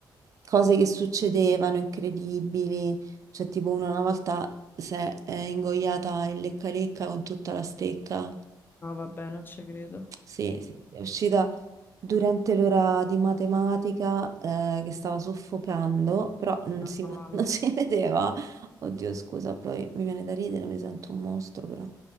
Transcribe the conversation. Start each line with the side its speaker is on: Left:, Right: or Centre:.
Right: cose che succedevano incredibili, cioè tipo uno una volta si è eh, ingoiata il lecca-lecca con tutta la stecca,
Left: No, vabbè, non ci credo.
Right: sì, sì, è uscita durante l'ora di matematica eh, che stava soffocando, però non
Left: Madonna.
Right: si, vo- <laughs> non si vedeva. Oddio, scusa, poi mi viene da ridere, mi sento un mostro però.